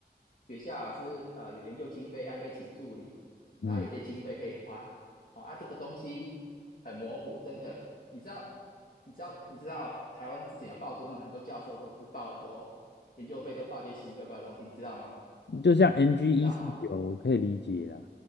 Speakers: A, on the left (about 55°); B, on the left (about 80°).
A: 学校老师呃有研究经费，他可以请助理，然后有些经费可以花。
B: 嗯，
A: 哦啊，这个东西很模糊，真的。你知道，你知道，你知道，台湾之前有爆出那种很多教授都是报很多研究费，都报一些奇奇怪怪的东西，你知道吗？
B: 就像 NG
A: 你知道哈？
B: 一四九，我可以理解啦。